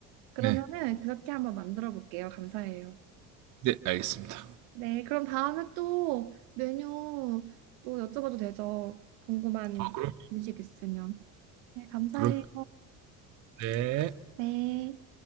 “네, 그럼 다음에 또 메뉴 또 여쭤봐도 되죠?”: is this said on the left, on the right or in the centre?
Right